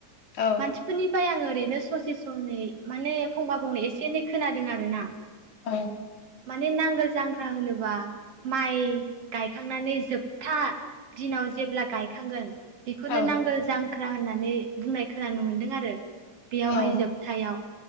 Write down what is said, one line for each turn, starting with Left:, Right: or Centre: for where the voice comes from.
Left: औ
Right: मानसिफोरनिफ्राय आं ओरैनो ससे सनै माने फंबा फंनै एसे एनै खोनादों आरोना
Left: औ।
Right: माने नांगोल जांख्रा होनोबा माइ गायखांनानै जोब था दिनाव जेब्ला गायखांगोन बेखौनो
Left: औ
Right: नांगोल जां ख्रा होननानै बुंनाय खोनानो मोन्दों आरो। बेयावहाय
Left: औ
Right: जोबथायाव